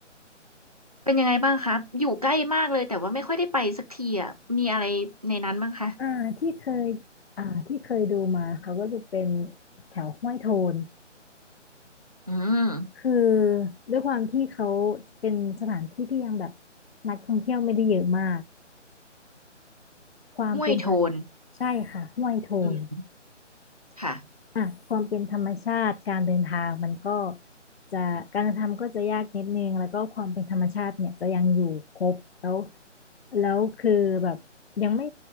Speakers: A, on the right; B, on the left.
A: เป็นยังไงบ้างครับอยู่ใกล้มากเลยแต่ว่าไม่ค่อยได้ไปสักทีอ่ะ มีอะไรในนั้นบ้างคะ
B: อ่าที่เคยอ่าที่เคยดูมาเขาก็จะเป็นแถวห้วยโทน
A: อืม
B: คือด้วยความที่เขาเป็นสถานที่ที่ยังแบบนักท่องเที่ยวไม่ได้เยอะมาก ความเป็นธรรม
A: ห้วยโทน
B: ใช่ค่ะห้วยโทน
A: อืมค่ะ
B: อ่ะความเป็นธรรมชาติการเดินทางมันก็จะการเดินทางก็จะยากนิดนึงแล้วก็ความเป็นธรรมชาติเนี่ยจะยังอยู่ครบแล้วแล้วคือแบบยังไม่